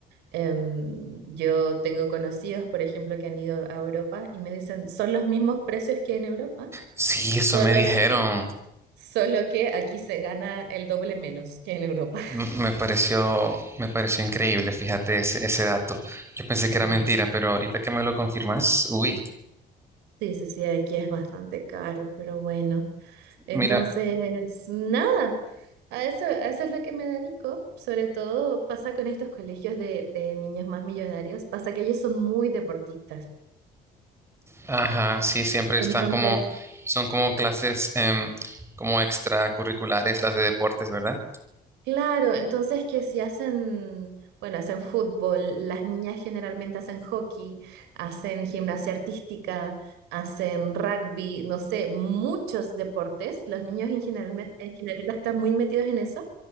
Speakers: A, on the right (about 85°); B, on the right (about 15°).
A: Em, yo tengo conocidos, por ejemplo, que han ido a Europa y me dicen, son los mismos precios que en Europa,
B: Sí,
A: solo
B: eso me Sí, dijeron.
A: que, solo que aquí se gana el doble menos que en Europa. <laughs>
B: M- me pareció, me pareció increíble, fíjate ese, ese dato. Yo pensé que
A: Sí,
B: era sí, mentira, pero ahorita que me lo confirmas, uy,
A: sí, sí, sí, aquí es bastante caro, pero bueno. Entonces,
B: mira,
A: nada, a eso, a eso es lo que me dedico. Sobre todo pasa con estos colegios de, de niños más millonarios, pasa que ellos son muy deportistas.
B: ajá, sí, siempre
A: Entonces,
B: están como, sí, son como clases em, como extracurriculares, las de deportes, ¿verdad?
A: Claro, entonces que si hacen, bueno, hacen fútbol, las niñas generalmente hacen hockey, hacen gimnasia artística, hacen rugby, no sé, muchos deportes. Los niños en general, en general están muy metidos en eso